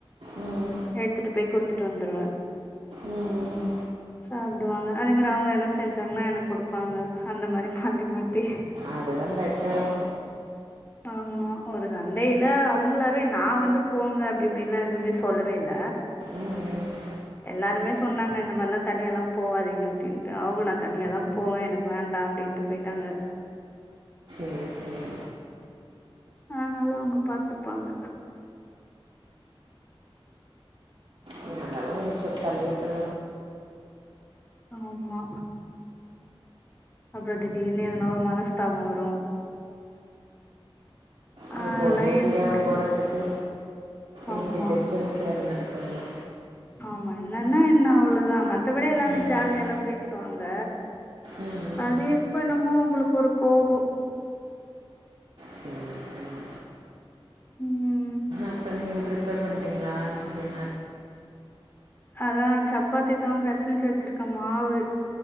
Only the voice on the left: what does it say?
எடுத்துட்டு போய் குடு த்துட்டு வந்துருவ
சாப்டுவாங்க அதே மாரி அவங்க என்ன செஞ்சாங்கன்னா எனக்கு குடுப்பாங்க அந்த மாரி மாத்தி மாத்தி
ஆமா ஒரு சந்தையில அவங்களாவே நா வந்து போங்க அப்டி இப்டின்லா எதுமே சொல்லவே இல்ல
எல்லாருமே சொன்னாங்க இந்த மாரில்லா தன்னியால்லாம் போவாதீங்க அப்டின்டு அவங்க நா தனியாதா போவ எனக்கு வேண்டா அப்டின்டு போயிட்டாங்க
அதனால அவங்க பாத்துப்பாங்க
ஆமா அப்பறோ திடீர்னு எதுனா ஒரு மனஸ்தாபோ வரு
அதெல்லா
எதுக்கு
ஆமா
ஆமா என்னன்னா என்ன அவ்ளோதா மன் மத்தபடி எல்லாமே
ஜாலியா எல்லாம் பேஸ் வாங்க
அது எப் இப்ப என்னமோ உங்களுக்கு ஒரு கோவோ
ம்
அதா சப்பாத்திதா பெசஞ்சு வெச்சுருக்க மாவு